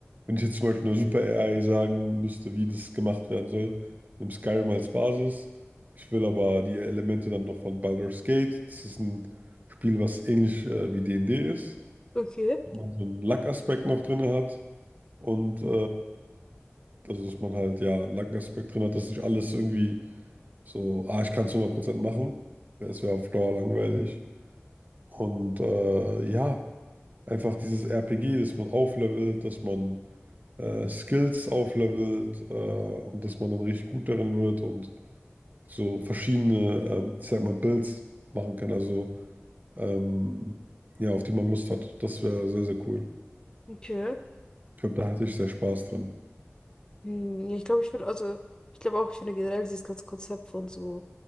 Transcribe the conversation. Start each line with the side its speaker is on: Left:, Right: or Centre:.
Right: wenn ich jetzt zum Beispiel einer Super AI sagen müsste, wie das gemacht werden soll, nimm Skyrim als Basis. Ich will aber die Elemente dann noch von Baldur's Gate. Das ist ein Spiel, was ähnlich äh, wie D&D ist,
Left: Okay.
Right: wo man so einen Luck-Aspekt noch drin hat und äh, also dass man halt ja einen Luck-Aspekt drin hat, dass nicht alles irgendwie so, ah, ich kann es 100% machen. Es wäre auf Dauer langweilig. Und äh, ja. Einfach dieses RPG, dass man auflevelt, dass man äh, Skills auflevelt äh, und dass man dann richtig gut darin wird und so verschiedene, ähm, ich sag mal, Builds machen kann, also ähm, ja, auf die man Lust hat. Das wäre sehr, sehr cool.
Left: Okay.
Right: Ich glaube, da hatte ich sehr Spaß dran.
Left: Hm, ja, ich glaube, ich würde, also, ich glaube auch, ich finde generell dieses ganze Konzept von so